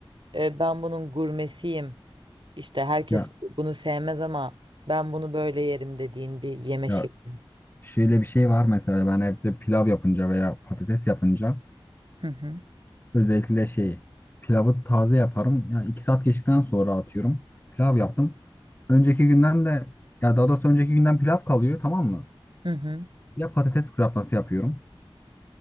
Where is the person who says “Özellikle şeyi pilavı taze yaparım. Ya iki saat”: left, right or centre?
Left